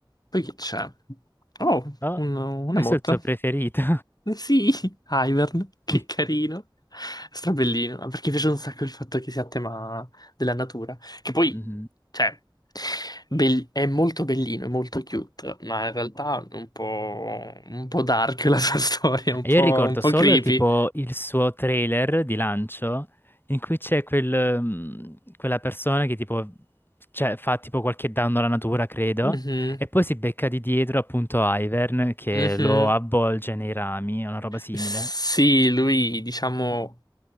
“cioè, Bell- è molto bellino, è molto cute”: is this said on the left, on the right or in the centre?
Left